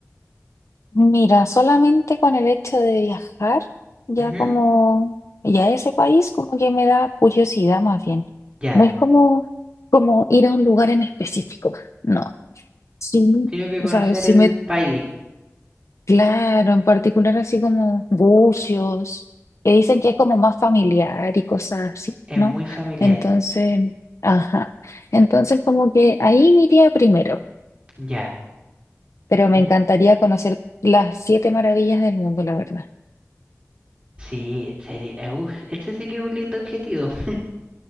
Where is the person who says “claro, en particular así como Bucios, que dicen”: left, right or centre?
Left